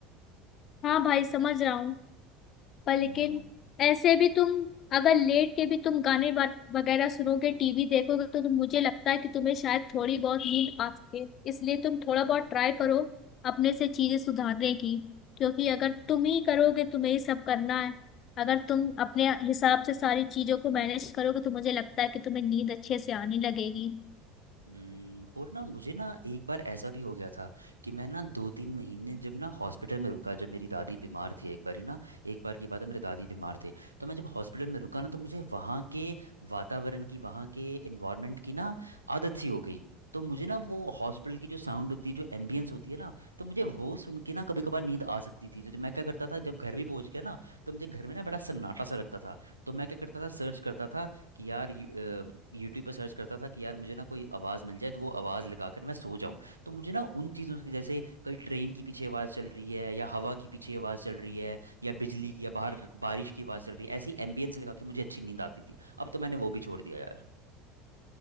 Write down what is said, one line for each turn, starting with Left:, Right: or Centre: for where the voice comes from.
Left: हाँ भाई समझ रहा हूँ पर
Right: हम्म,
Left: लेकिन ऐसे भी तुम अगर लेट के भी तुम गाने वा- वगैरह सुनोगे टीवी देखोगे तो तुम मुझे लगता है कि तुम्हें शायद थोड़ी बहुत नींद आ सके इसलिए तुम थोड़ा बहुत ट्राई करो अपने से चीजें सुधारने की क्योंकि अगर
Right: हम्म,
Left: तुम ही करोगे तुम्हें ही सब करना है अगर तुम
Right: हम्म,
Left: अपने हिसाब से सारी चीजों को मैनेज करोगे तो मुझे लगता है कि तुम्हें नींद अच्छे से आने लगेगी
Right: हम्म। और ना मुझे ना एक बार ऐसा भी हो गया था कि मैं ना दो तीन महीने जब ना हॉस्पिटल में रुका जब मेरी दादी बीमार थी एक बार ही ना एक बार की बात है मेरे दादी बीमार थे तो मैं जब हॉस्पिटल में रुका ना तो मुझे वहाँ के वातावरण की वहाँ के इन्वायरमेंट की ना आदत सी हो गई तो मुझे ना वो हॉस्पिटल की जो साउंड होती है जो एम्बियंस होती है ना तो मुझे वो सुन के ना कभी कभार नींद आ सकती थी तो जब मैं क्या करता था जब घर भी पहुंच गया ना तो मुझे घर में ना बड़ा सन्नाटा सा लगता था तो मैं क्या करता था सर्च करता था कि यार यूट्यूब पे सर्च करता था कि यार मुझे ना कोई आवाज़ मिल जाए तो वो आवाज़ लगाकर मैं सो जाऊं तो मुझे ना उन चीज़ों की जैसे कहीं ट्रेन की पीछे आवाज़ चल रही है या हवा की पीछे आवाज़ चल रही है या बिजली की या बाहर बारिश की आवाज़ चल रही है ऐसी एम्बियंस लगा के मुझे अच्छी नींद आती थी अब तो मैंने वो भी छोड़ दिया यार